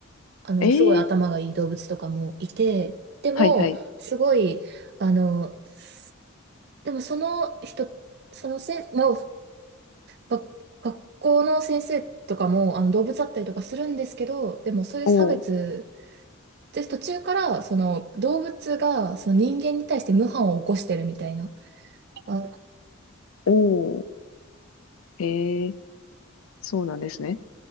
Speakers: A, on the right; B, on the left.
A: あの、
B: ええ
A: すごい頭がいい動物とかもいて、でも、
B: はいはい。
A: すごい、あの、すでもその人、そのせん、まあ、が学校の先生とかも、あの、動物だったりとかするんですけど、でもそういう差別、
B: おお
A: で、途中から、その、動物が、その人間に対して無反を起こしてるみたいな、あ、
B: おお、ええそうなんですね。